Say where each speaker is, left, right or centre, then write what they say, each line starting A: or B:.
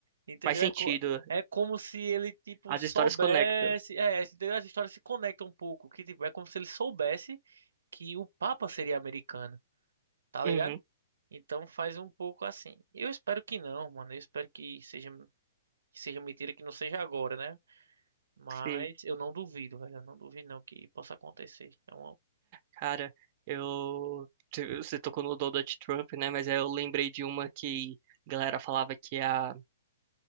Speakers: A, on the right; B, on the right.
A: Entendeu?
B: faz sentido.
A: É, co- é como se ele, tipo,
B: As
A: soubesse.
B: histórias conectam.
A: É, entendeu? As histórias se conectam um pouco. Que, tipo, é como se ele soubesse que o Papa seria americano, tá ligado?
B: Uhum,
A: Então faz um pouco assim. Eu espero que não, mano. Eu espero que seja, que seja mentira, que não seja agora, né? Mas
B: sei.
A: eu não duvido, velho. Eu não duvido, não, que possa acontecer. É uma-
B: Cara, eu. te- Você tocou no Donald Trump, né? Mas aí eu lembrei de uma que a galera falava que a.